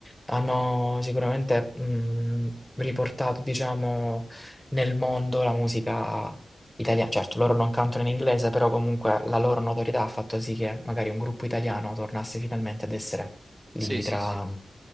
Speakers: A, in the centre; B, on the right (about 20°).
A: hanno sicuramente mh, riportato, diciamo, nel mondo la musica italiana. Certo, loro non cantano in inglese, però comunque la loro notorietà ha fatto sì che magari un gruppo italiano tornasse finalmente ad essere lì
B: Sì, sì,
A: tra
B: sì,